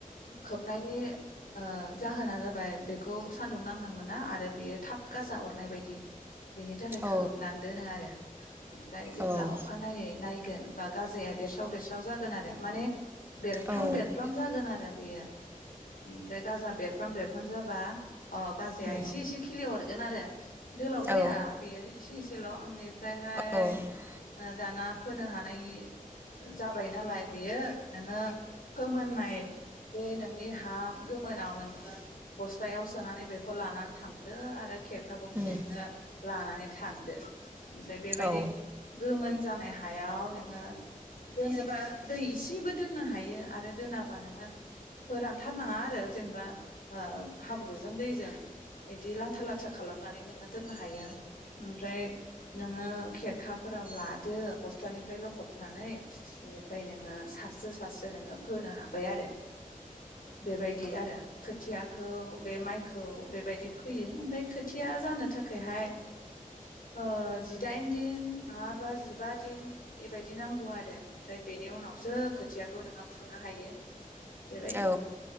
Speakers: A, on the left; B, on the right.
A: खोब खोबनायनि ओ जाहोना जाबाय बेखौ सान्दुं नांनो मोना आरो बेयो थाब गाजा अरनाय बायदि बेनि थाखाय
B: औ
A: खोबनान दोनो आरो ओमफ्राय जेब्ला
B: औ उम
A: अखा नायै नाय गोन‌होनबा गाजाया बेरसाव बेरसाव जागोन आरो माने बेरफ्राम
B: औ उम
A: बेरफ्राम जागोन आरो बेयो इनिफ्राय गाजा बेरफ्राम बेरफ्राम जाबा अ गाजाया
B: औ
A: एसे एसे खिलिहर गोनआरो दोलाव जाया
B: औ
A: बेयो एसे एसेल'।
B: औ उम
A: <unintelligible> <unintelligible> दाना फोनो हानाय जाबाय नालाय बेयो नोङो फोमोननाय बे नोंनि हा गोमोनाव नोङो बस्थायाव सोनानै बेखौ लानानै थांदो आरो खेरखा गंसे
B: उम
A: नोङो लानानै थांदो। ओमफ्राय बेबायदि
B: औ उम औ उम औ उम औ औ
A: गो गोमोन जानाय हायाव नोङो दोनोबा दै इसेबो दोननो हायो आरो दोनाबा नोङो फोरानथारनाङा आरो जेनबा ओ हाब्रुजों दैजों इदि लाथा लाथा खालामनानै नोङो दोननो हायो ओमफ्राय ओ खेरखाफोराव लादो बस्थानिफ्राय लखबनानै। इनिफ्राय नोङो सारस्रो सारस्रो नोङो फोनो हाबाय आरो। बेबायदि आरो खोथियाखौ बे माइखौ बेबायदि फैयो ओमफ्राय खोथिया जानो थाखायहाय ओ जिदाइन दिन नङाबा जिबा दिन बेबायदि नांगौ आरो ओमफ्राय बेनि उनावसो खोथियाखौ नोङो फुनो हायो। बेबायदि
B: औ औ